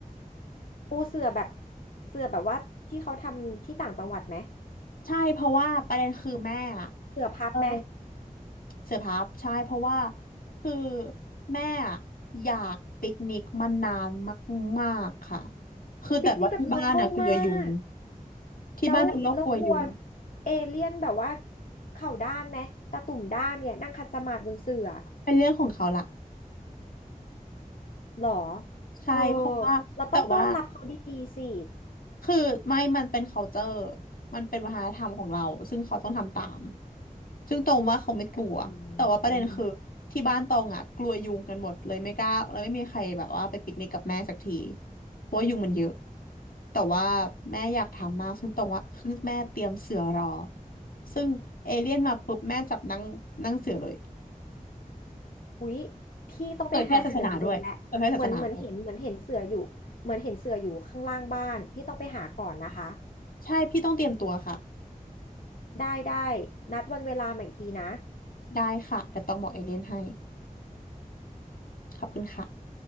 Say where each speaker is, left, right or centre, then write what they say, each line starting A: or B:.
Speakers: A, on the left; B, on the left.
A: ปูเสื่อแบบเสื่อแบบว่าที่เขาทำที่ต่างจังหวัดไหม
B: ใช่เพราะว่าประเด็นคือแม่อะ
A: เสื่อพับไหม
B: เออเสือพับใช่เพราะว่าคือแม่อะอยากปิกนิกมานานมากๆค่ะคือแต่ว่าที่บ้านอ่ะกลัวยุง
A: อุ้ยปิกนี่แบบโลคอลมาก
B: ที่บ้านเป็นโรคกลัวยุง
A: แล้วแล้วกลัวเอเลี่ยนแบบว่าเข่าด้านไหมตาตุ่มด้านเนี่ยนั่งคัดสมาธิบนเสื่อ
B: เป็นเรื่องของเขาล่ะ
A: หรอ
B: ใช่เพราะว่าแต่ว่า
A: เธอเราต้องต้อนรับเขาดีๆสิ
B: คือไม่มันเป็น culture มันเป็นวัฒนธรรมของเราซึ่งเขาต้องทำตามซึ่งตรงว่าเขาไม่กลัวแต่ว่าประเด็นคือที่บ้านตรงอ่ะกลัวยุงกันหมดเลยไม่กล้า
A: อืม
B: แล้วไม่มีใครแบบว่าไปปิกนิกกับแม่สักทีเพราะว่ายุงมันเยอะแต่ว่าแม่อยากทำมากซึ่งตรงว่าคือแม่เตรียมเสือรอซึ่งเอเลี่ยนมาปุ๊บแม่จับนั่งนั่งเสือเลย
A: อุ๊ยพี่ต้องไปหาเสือตัวเองแหละเหมือนเหมือนเห็นเหมือนเห็นเสืออยู่
B: เผยแพร่ศาสนาด้วยเผยแพร่ศาสนาด้วย
A: เหมือนเห็นเสืออยู่ข้างล่างบ้าน พี่ต้องไปหาก่อนนะคะ
B: ใช่พี่ต้องเตรียมตัวค่ะ
A: ได้ได้ นัดวันเวลาใหม่อีกทีนะ
B: ได้ค่ะแต่ต้องบอกเอเลี่ยนให้ขอบคุณค่ะ